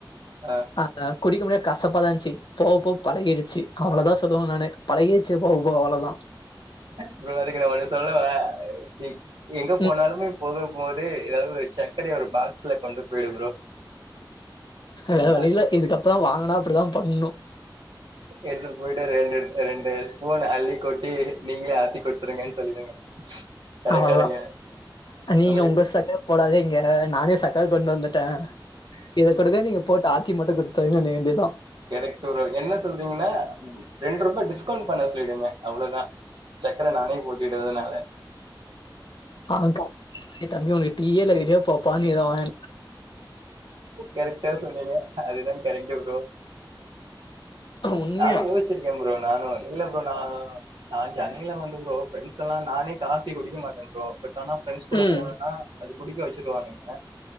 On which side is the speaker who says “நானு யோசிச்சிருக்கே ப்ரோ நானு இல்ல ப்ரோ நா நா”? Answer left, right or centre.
Right